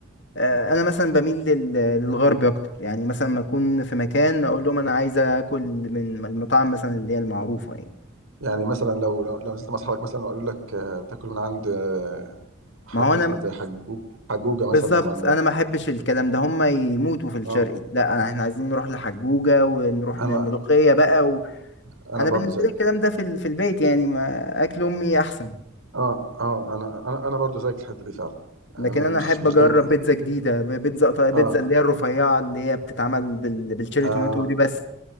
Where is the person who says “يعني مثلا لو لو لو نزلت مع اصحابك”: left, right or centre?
Right